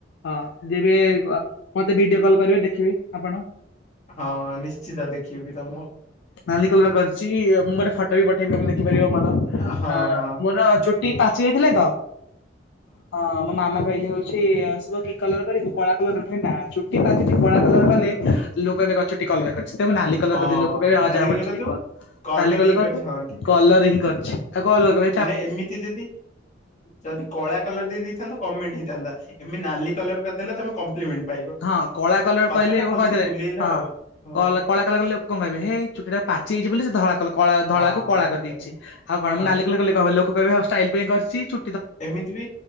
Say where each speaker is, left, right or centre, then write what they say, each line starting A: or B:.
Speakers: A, on the left; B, on the left.
A: ହଁ ଯେବେ ଗ ମତେ ଭିଡିଓ କଲ୍ କରିବେ ଦେଖିବେ ଆପଣ।
B: ହଁଁ ହଁ ନିଶ୍ଚିତ ଦେଖେଇବି ତମ
A: ନାଲି କଲର କରିଛି ମୁଁ ଗୋଟେ ଫଟୋ ବି ପଠେଇବି ତେ ଲଖିପାରିବ ମୋର
B: ହଁ
A: ଆ
B: ହଁ
A: ମୋର ଚୁ ଟି ପାଚ ଯାଇଥିଲେ ତ, ହଁ ମୋ ମାମା କହିଲେ ହଉଛି ଶୁଭ କି କଲର କରିବୁ କଳା କଲର କରିବ ଚୁଟିଠି କଳା କଲର କଲେ ଲୋକ କହିବେ ଚୁଟି କଲର କରିଚି ତ ନାଲି କଲର
B: ହଁ
A: କରିଦେଲି। କହି ଆଉ
B: ନାଲି
A: ଯାହା
B: କଲର
A: ପଡୁଛି
B: କରିଦବୁ।
A: କ ତାଲି କଲର
B: ଇଏ
A: କରିଛ
B: କରିଛି ହଁ ଠିକ
A: କଲର
B: କଥା
A: ହିଁ କରିଛି ଆଉ କ କହରେ?
B: ମାନେ ଏମିତି ଦିଦି ଯଦି କଳା କଲର ଦେଇଥାନ୍ କମେଣ୍ଟ ହେଇଥାନ୍ତା ଏମତି ନାଲି କଲର କରିଦେଲେ ତମ କମ୍ପ୍ଲିମେଣ୍ଟ। ପାଇବ।
A: ହଁ କଳା କଲର
B: କଥାଟା
A: କହିଲେ କଣ
B: ଭଲସେ
A: କହିଥିଲେ
B: ବୁଲେଇଲ
A: ହଁ
B: ଆଉ ହଁ
A: କଳା <unintelligible> କଲେ ଲୋକ କଣ ଭାବିବେ! ହେଇ ଚୁଟିଟା ପାଚି ଯାଇଛି ବୋଲି ସେ ଧଳା କଲ କଳା ଧଳା
B: ହଁ
A: କୁ କଳା
B: ଠିକ
A: କରି
B: କଥା
A: ଦେଇଛି, ଆଉ କଣ
B: ହଁ।
A: ମୁଁ ନାଲି କଲର କଲେ କଣ କହିବେ ଲୋକ କହିବେ ଷ୍ଟାଇଲ ପାଇଁ କରିଚି ଚୁ
B: ଏମିତି ବି